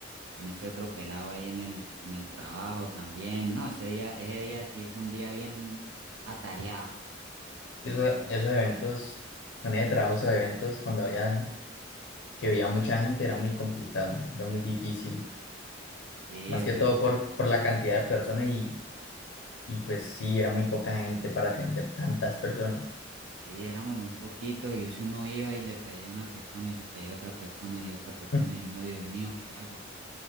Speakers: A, on the right; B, on the left.
A: con este otro pelado ahí en el, en el trabajo también. No, ese día, ese día sí fue un día bien atareado.
B: Sí, eso- esos eventos, en ese trabajo, esos eventos cuando habían que veía mucha gente era muy complicado, era muy difícil,
A: Sí,
B: más
A: eso
B: que todo
A: es.
B: por, por la cantidad de personas y, y pues sí, era muy poca gente para atender tantas personas.
A: Sí, éramos muy poquitos y si uno iba y le pedía a una persona y le pedía a otra persona y otra persona
B: <laughs>
A: y uno, Dios mío, ¿qué hago?